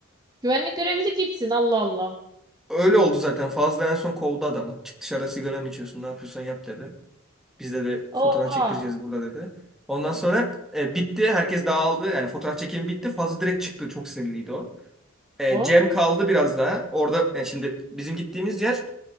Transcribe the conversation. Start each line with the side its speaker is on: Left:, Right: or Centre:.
Right: Güvenlik görevlisi gitsin. Allah Allah.
Centre: Öyle oldu zaten. Fazla en son kovdu adamı. Çık dışarı sigaranı içiyorsun ne yapıyorsan yap dedi. Bizde de fotoğraf
Right: Oha.
Centre: çektireceğiz burada dedi. Ondan sonra e, bitti. Herkes dağıldı. Yani fotoğraf çekimi bitti. Fazla direkt çıktı. Çok sinirliydi o. E,
Right: Oy.
Centre: Cem kaldı biraz daha. Orada yani şimdi bizim gittiğimiz yer